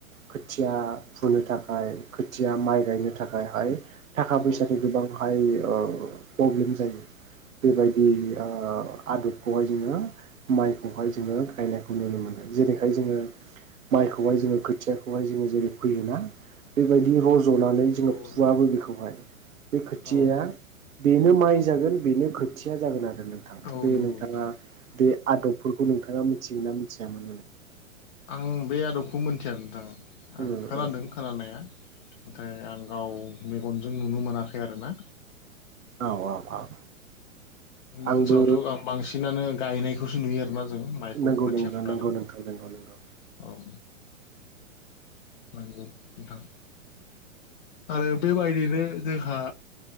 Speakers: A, on the right (about 80°); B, on the left (about 40°).
A: खोथिया फुनो थाखाय खोथिया माइ गायनो थाखायहाय थाखा
B: नंगौ
A: फैसानि
B: नोंथां
A: गोबांहाय ओ प्रब्लेम जायो बेबायदि ओ आदबखौहाय जोङो माइखौहाय जोङो गायनायखौ नुनो जेरैहाय जोङो माइखौहाय जोङो खोथियाखौहाय जोङो जेरै फैयोना बेबायदि रज'नानै
B: नंगौ
A: जोङो फुवाबो
B: नोंथां
A: बेखौहाय बे खोथिया
B: औ
A: बेनो माइ जागोन बेनो खोथिया जागोन आरो नोंथां
B: औ
A: बे
B: नंगौ
A: नोंथाङा
B: नोंथां
A: बे आदबफोरखौ नोंथाङा मिथिगोन ना मिथिया <unintelligible>
B: आं बे आदबखौ मोन्थिया नोंथां
A: उम
B: आं
A: उम
B: खोनादों खोनानाया नाथाय आं गाव मेगनजों नुनो मोनाखै आरो ना
A: औ औ औ
B: जोंनि
A: आंबो
B: ओनसोलावथ' बां बांसिनानो गायनायखौसो नुयो आरो जों माइखौ
A: नंगौ
B: खोथिया
A: नंगौ
B: फुनानै
A: नंगौ नोंथां नंगौ नंगौ
B: औ नंगौ नोंथां आरो बेबायदिनो जोंहा